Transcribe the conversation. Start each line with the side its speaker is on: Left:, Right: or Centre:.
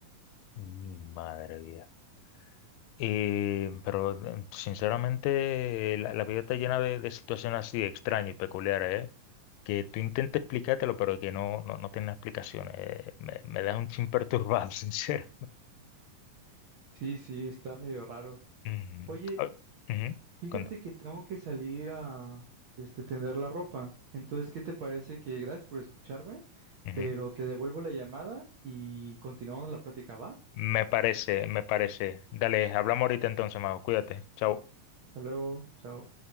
Left: Mi madre vida. Eh, pero eh, sinceramente eh, la, la vida está llena de, de situaciones así extrañas y peculiares, ¿eh? Que tú intentes explicártelo, pero que no, no, no tiene explicaciones. eh, Me, me deja un chin perturbado, <laughs> sincero.
Right: Sí, sí, está medio raro.
Left: Ujú.
Right: Oye,
Left: Ah, ujú,
Right: Fíjate
Left: cuando-
Right: que tengo que salir a este, tender la ropa. Entonces, ¿qué te parece que gracias por escucharme?
Left: ujú.
Right: Pero te devuelvo la llamada y continuamos la práctica, ¿va?
Left: Me parece, me parece. Dale, hablamos ahorita entonces, Mago. Cuídate. Chao.
Right: Hasta luego, chao.